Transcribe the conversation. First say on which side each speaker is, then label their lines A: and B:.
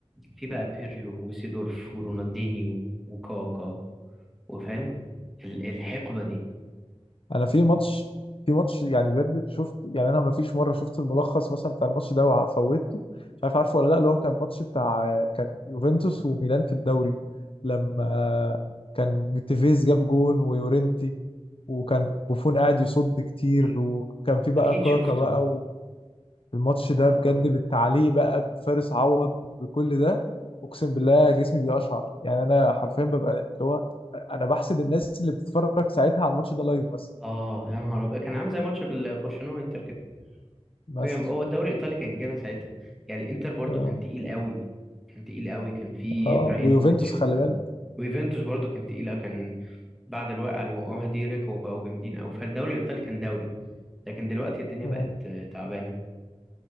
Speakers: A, in the centre; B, on the left.
A: في بقى بيرلو وسيدورف ورونالدينيو وكاكا وفاهم ال- الحقبة دي
B: انا في ماتش في ماتش يعني بجد شفت يعني انا ما فيش مره شفت الملخص مثلا بتاع الماتش ده وفوتته مش عارف عارفه ولا لا اللي هو كان ماتش بتاع كان يوفنتوس وميلان في الدوري لما كان تيفيز جاب جون ويورنتي وكان بوفون قاعد يصد كتير وكان في بقى
A: أكيد
B: كاكا
A: شفته
B: بقى والماتش ده
A: اه
B: بجد بالتعليق بقى بفارس عوض بكل ده اقسم بالله جسمي بيقشعر يعني انا حرفيا ببقى اللي هو انا بحسد الناس اللي بتتفرج ساعتها على الماتش ده لايف مثلا
A: اه يا نهار ابيض كان عامل زي ماتش بال- برشلونه وانتر كده
B: مثلا
A: هي- هو الدوري الايطالي كان كده ساعتها يعني الانتر برضو
B: اه
A: كان تقيل قوي كان تقيل قوي كان في
B: اه
A: ابراهيموفيتش
B: ويوفنتوس خلي
A: كان
B: بالك
A: ويوفنتوس برضو كان تقيله كان بعد الوقعه اللي وقعوها دي رجعوا بقوا جامدين قوي فالدوري الايطالي كان دوري لكن دلوقتي الدنيا
B: اه
A: بقت آه، تعبانه